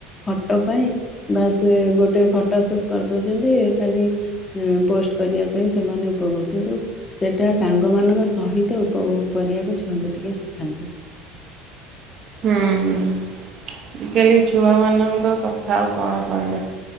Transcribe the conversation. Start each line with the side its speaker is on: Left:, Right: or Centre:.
Left: ଫଟୋ ପାଇଁ ବା ସେ ଗୋଟେ ଫଟୋ ସୁଟ୍ କରିଦଉଛନ୍ତି ଖାଲି ପୋଷ୍ଟ କରିବା ପାଇଁ ସେମାନେ ଉପଭୋଗ କିନ୍ତୁ ସେଟା ସାଙ୍ଗ ମାନଙ୍କ ସହିତ ଉପଭୋଗ କରିବାକୁ ଛୁଆଙ୍କୁ ଟିକେ ଶିଖାନ୍ତୁ
Right: ହୁଁ। ଆଜିକାଲି ଛୁଆମାନଙ୍କ କଥା ଆଉ କଣ କହିବା